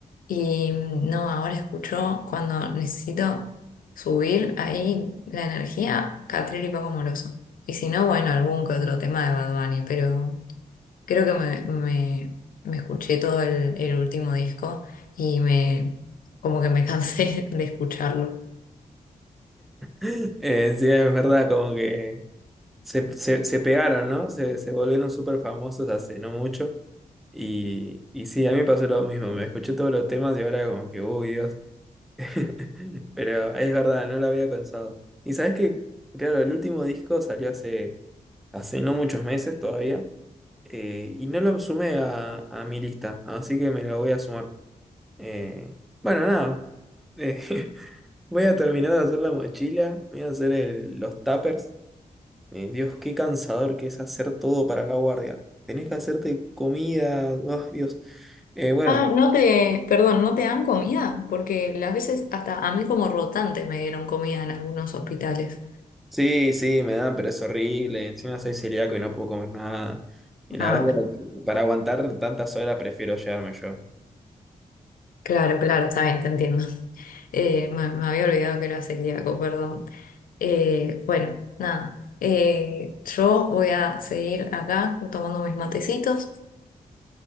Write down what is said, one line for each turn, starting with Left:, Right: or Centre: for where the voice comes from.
Left: Y mm, no, ahora escucho cuando necesito subir ahí la energía, Catril y Paco Moroso. Y si no, bueno, algún que otro tema de Bad Bunny, pero creo que me, me, me escuché todo el, el último disco y me como que me cansé <laughs> de escucharlo.
Centre: <laughs> Eh, sí, es verdad, como que se, se, se pegaron, ¿no? Se, se volvieron súper famosos hace no mucho. Y, y sí, a mí me pasó lo mismo. Me escuché todos los temas y ahora como que, uy, Dios. <laughs> Pero es verdad, no lo había pensado. Y sabes que, claro, el último disco salió hace, hace no muchos meses todavía. Eh, y no lo sumé a, a mi lista, así que me lo voy a sumar. Eh, bueno, nada. eh, <laughs> voy a terminar de hacer la mochila. Voy a hacer el- los tuppers. Eh, Dios, qué cansador que es hacer todo para la guardia. Tenés que hacerte comida. ay, Dios. Eh, bueno,
Left: Ah, no te, perdón, ¿no te dan comida? Porque las veces hasta a mí como rotante me dieron comida en algunos hospitales.
Centre: sí, sí, me dan, pero es horrible. Encima soy celíaco y no puedo comer nada. Y la
Left: Ah,
Centre: verdad que para aguantar tantas horas prefiero llevarme yo.
Left: claro, claro, está bien, te entiendo. Eh, me, me había olvidado que era celíaco, perdón. Eh, bueno, nada. eh, yo voy a seguir acá tomando mis matecitos.